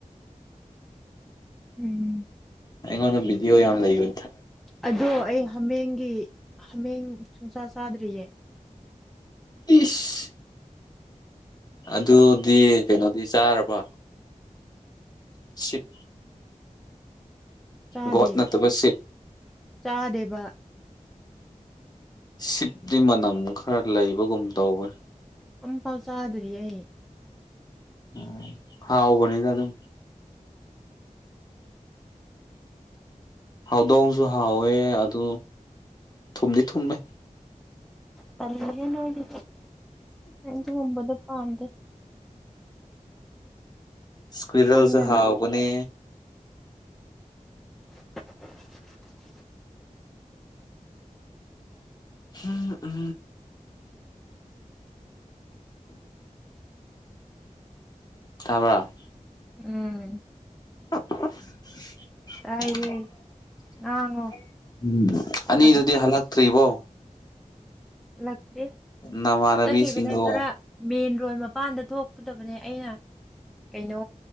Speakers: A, in the centre; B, on the left.
A: ꯎꯝ
B: ꯑꯩꯉꯣꯟꯗ ꯕꯤꯗꯤꯑꯣ ꯌꯥꯝ ꯂꯩꯕ
A: ꯑꯗꯣ ꯑꯩ ꯍꯥꯃꯦꯡꯒꯤ ꯍꯥꯃꯦꯡ ꯁꯨꯡꯆꯥ ꯆꯥꯗ꯭ꯔꯤꯌꯦ
B: ꯏꯁ ꯑꯗꯨꯗꯤ ꯀꯩꯅꯣꯗꯤ ꯆꯥꯔꯕ ꯎ ꯁꯤꯞ
A: ꯆꯥꯗꯦ
B: ꯒꯣꯠ ꯅꯠꯇꯕ ꯁꯤꯞ
A: ꯆꯥꯗꯦꯕ
B: ꯁꯤꯞꯇꯤ ꯃꯅꯝ ꯈꯔ ꯂꯩꯕꯒꯨꯝ ꯇꯧꯋꯤ
A: ꯑꯝ ꯄꯥꯎ ꯆꯥꯗ꯭ꯔꯤ ꯑꯩ
B: ꯎꯝ ꯍꯥꯎꯥꯎꯕꯅꯤꯗꯥ ꯑꯗꯨ ꯍꯥꯎꯗꯣꯡꯁꯨ ꯍꯥꯎꯋꯦ ꯑꯗꯨ ꯊꯨꯝꯗꯤ ꯊꯨꯝꯃꯦ
A: ꯇꯜꯂꯤꯒꯗꯤꯗ ꯍꯗ
B: ꯁ꯭ꯀ꯭ꯋꯔꯜꯁꯨꯦ
A: ꯄꯤꯛꯃꯟꯗꯅ
B: ꯍꯥꯥꯎꯕꯅꯦ
A: <unintelligible>
B: ꯍ ꯎ ꯊꯥꯕ꯭ꯔ
A: ꯎꯝ
B: <unintelligible>
A: ꯇꯥꯏꯌꯦ ꯉꯥꯡꯉꯣ
B: ꯎꯝ
A: ꯇꯥꯒꯦ
B: ꯑꯅꯤꯗꯨꯗꯤ ꯍꯜꯂꯛꯇ꯭ꯔꯤꯕꯣ
A: ꯂꯇ꯭ꯔꯤ
B: ꯅꯃꯥꯟꯅꯕꯤꯁꯤꯡꯗꯣ
A: ꯆꯠꯈꯤꯕꯅꯦ ꯈꯔ ꯃꯦꯟ ꯔꯣꯟ ꯃꯄꯥꯟꯗ ꯊꯣꯛꯀꯗꯕꯅꯦ ꯑꯩꯅ ꯀꯩꯅꯣ